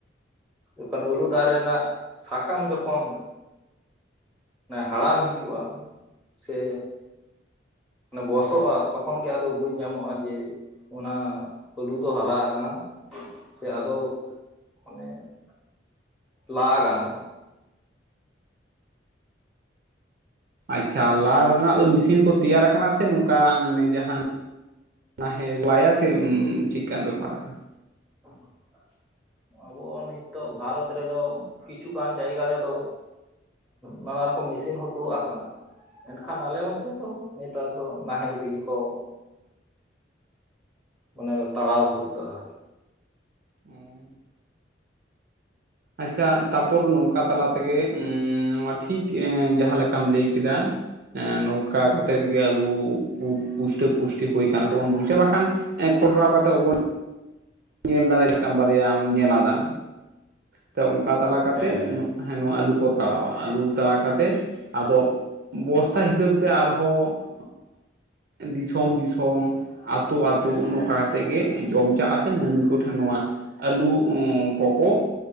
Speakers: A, in the centre; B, on the right.
A: ᱡᱚᱠᱷᱚᱱ ᱟᱹᱞᱩ ᱫᱟᱨᱮ ᱨᱮᱱᱟᱜ ᱥᱟᱠᱟᱢ ᱡᱚᱠᱷᱚᱱ, ᱦᱟᱲᱟᱢ ᱦᱤᱡᱩᱜᱼᱟ ᱥᱮ, ᱜᱚᱥᱚᱜᱼᱟ ᱛᱚᱠᱷᱚᱱ ᱜᱮ ᱟᱫᱚ ᱵᱩᱡᱽ ᱧᱟᱢᱚᱜᱼᱟ ᱡᱮ ᱚᱱᱟ, ᱟᱹᱞᱩ ᱫᱚ ᱦᱟᱨᱟ ᱟᱠᱟᱱᱟ ᱥᱮ ᱟᱫᱚ ᱢᱟᱱᱮ ᱾ ᱞᱟ ᱜᱟᱱᱚᱜ-ᱟ᱾
B: ᱟᱪᱪᱷᱟ ᱞᱟ ᱨᱮᱱᱟᱜ ᱫᱚ ᱢᱮᱥᱤᱱ ᱠᱚ ᱛᱮᱭᱟᱨ ᱟᱠᱟᱱᱟ ᱥᱮ ᱱᱚᱝᱠᱟ ᱟᱱᱮ ᱡᱟᱦᱟᱸ, ᱦᱮᱸ ᱞᱟᱭᱟ ᱥᱮ ᱪᱤᱠᱟᱱ ᱵᱮᱯᱟᱨ ᱠᱟᱱᱟ,
A: <unintelligible> ᱟᱵᱚ ᱱᱤᱛᱚᱜ ᱵᱷᱟᱨᱚᱛ ᱨᱮᱫᱚ ᱠᱤᱪᱷᱩᱜᱟᱱ ᱡᱟᱭᱜᱟ ᱨᱮᱫᱚ, ᱱᱟᱱᱟ ᱨᱚᱠᱚᱢ ᱢᱮᱥᱤᱱ ᱦᱚᱸ ᱛᱩᱫ ᱟᱠᱟᱱᱟ ᱾ ᱢᱮᱱᱠᱷᱟᱱ ᱟᱞᱮ ᱚᱱᱛᱮ ᱫᱚ ᱱᱮᱛᱟᱨ ᱫᱚ ᱱᱟᱦᱮᱞ ᱛᱮᱜᱮ ᱠᱚ ᱢᱟᱱᱮ ᱛᱟᱲᱟᱣ ᱛᱩᱫ ᱮᱫᱟ ᱟᱨᱠᱤ ᱾
B: ᱦᱩᱸ ᱟᱪᱪᱷᱟ ᱛᱟᱨᱯᱚᱨ ᱱᱚᱝᱠᱟ ᱛᱟᱞᱟ ᱛᱮᱜᱮ ᱱᱚᱣᱟ ᱴᱷᱤᱠ ᱡᱟᱦᱟᱸ ᱞᱮᱠᱟᱢ ᱞᱟᱹᱭ ᱠᱮᱫᱟ ᱾ ᱱᱚᱝᱠᱟ ᱠᱟᱛᱮᱜ ᱜᱮ ᱟᱞᱩ ᱯᱩᱥᱴᱟᱹ ᱯᱩᱥᱴᱤ ᱦᱩᱭ ᱠᱟᱱᱟ ᱛᱮᱵᱚᱱ ᱵᱩᱡᱷᱟᱹᱣᱟ ᱵᱟᱠᱷᱟᱱ, ᱠᱷᱚᱴᱨᱟᱣ ᱠᱟᱛᱮ ᱵᱚᱱ, ᱧᱮᱞ ᱫᱟᱲᱮᱭᱟᱜ ᱢᱤᱫᱴᱟᱝ ᱵᱟᱨᱭᱟᱢ ᱧᱮᱞ ᱟᱫᱟ ᱛᱚ ᱚᱱᱠᱟ ᱛᱟᱞᱟ ᱠᱟᱛᱮ
A: ᱦᱮᱸ
B: ᱦᱮᱸ ᱱᱚᱣᱟ ᱟᱹᱞᱩ ᱠᱚ ᱛᱟᱲᱟᱣᱟ ᱟᱹᱞᱩ ᱛᱟᱲᱟᱣ ᱠᱟᱛᱮᱫ ᱟᱫᱚ ᱵᱚᱥᱛᱟ ᱦᱤᱥᱟᱹᱵ ᱛᱮ ᱟᱨᱦᱚᱸ ᱫᱤᱥᱚᱢ ᱫᱤᱥᱚᱢ ᱟᱛᱳ ᱟᱛᱳ ᱱᱚᱝᱠᱟ ᱠᱟᱛᱮᱜ ᱜᱮ ᱡᱚᱢᱪᱟᱥ ᱢᱟᱹᱱᱢᱤ ᱠᱚᱴᱷᱮᱱ ᱱᱚᱣᱟ ᱟᱹᱞᱩ ᱠᱚᱠᱚ